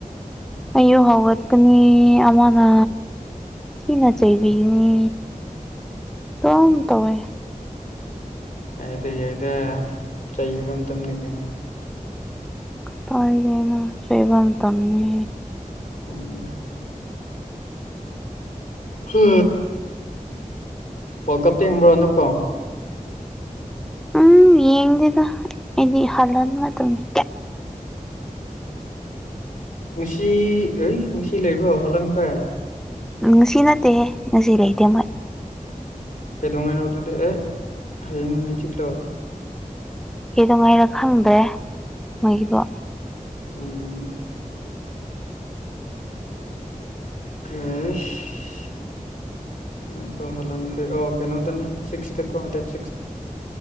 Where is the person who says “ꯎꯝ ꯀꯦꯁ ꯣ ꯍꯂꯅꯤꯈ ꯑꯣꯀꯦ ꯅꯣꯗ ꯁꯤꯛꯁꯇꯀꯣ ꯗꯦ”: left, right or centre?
Left